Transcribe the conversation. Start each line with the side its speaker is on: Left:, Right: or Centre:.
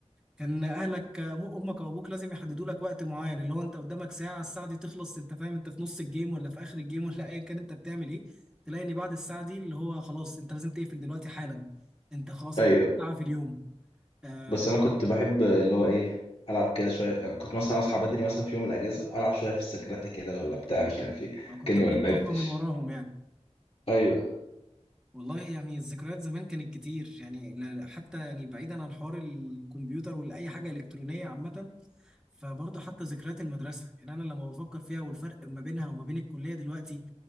Centre: كان اهلك م- امك او ابوك لازم يحددوا لك وقت معين اللي هو انت قدامك ساعه الساعه دي تخلص انت فاهم انت في نص الجيم ولا في اخر الجيم ولا ايا كان انت بتعمل ايه تلاقي ان بعد الساعه دي اللي هو خلاص انت لازم تقفل دلوقتي حالا انت خلاص
Left: ايوه
Centre: انت ساعه في اليوم آه،
Left: بس انا كنت بحب اللي هو ايه العب كده شويه يعني كنت مثلا اصحى بدري مثلا في يوم الاجازه العب شويه في السكرات كده ولا بتاع مش عارف ايه
Centre: أنا كنت
Left: كاني
Centre: بتخطفها
Left: ما لعبتش
Centre: من وراهم يعني
Left: ايوه
Centre: والله يعني الذكريات زمان كانت كتير يعني لا- لا، حتى يعني بعيدا عن حوار الكمبيوتر ولا حاجة إلكترونية عامة فبرضه حتى ذكريات المدرسة يعني أنا لما بفكر فيها والفرق ما بينها وما بين الكلية دلوقتي